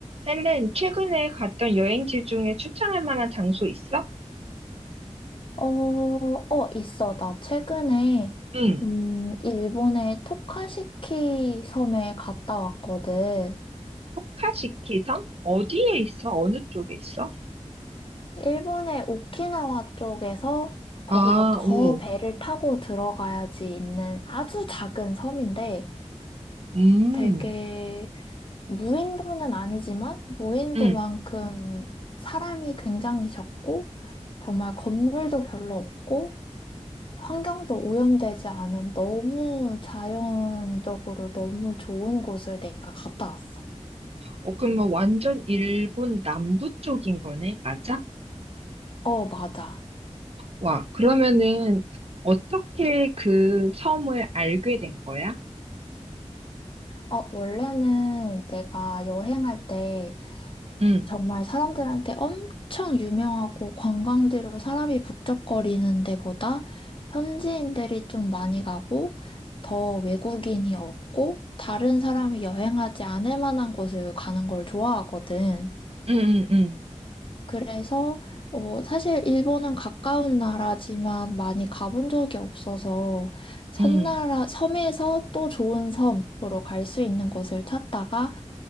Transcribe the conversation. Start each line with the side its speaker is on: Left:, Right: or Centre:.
Right: 헬렌, 최근에 갔던 여행지 중에 추천할 만한 장소 있어?
Left: 어, 어, 있어. 나 최근에,
Right: 응.
Left: 음, 일본의 토카시키 섬에 갔다 왔거든.
Right: 토카시키 섬? 어디에 있어? 어느 쪽에 있어?
Left: 일본의 오키나와 쪽에서 거기서
Right: 아,
Left: 더
Right: 오.
Left: 배를 타고 들어가야지 있는 아주 작은 섬인데
Right: 음.
Left: 되게 무인도는 아니지만 무인도만큼
Right: 응.
Left: 사람이 굉장히 적고 정말 건물도 별로 없고 환경도 오염되지 않은 너무 자연적으로 너무 좋은 곳을 내가 갔다 왔어.
Right: 어, 그럼 뭐 완전 일본 남부 쪽인 거네? 맞아?
Left: 어, 맞아.
Right: 와, 그러면은 어떻게 그 섬을 알게 된 거야?
Left: 어, 원래는 내가 여행할 때
Right: 응.
Left: 정말 사람들한테 엄청 유명하고 관광지로 사람이 북적거리는 데보다 현지인들이 좀 많이 가고 더 외국인이 없고 다른 사람이 여행하지 않을 만한 곳을 가는 걸 좋아하거든.
Right: 응, 응, 응.
Left: 그래서 어, 사실 일본은 가까운 나라지만 많이 가본 적이 없어서 섬나라,
Right: 응.
Left: 섬에서 또 좋은 섬으로 갈 수 있는 곳을 찾다가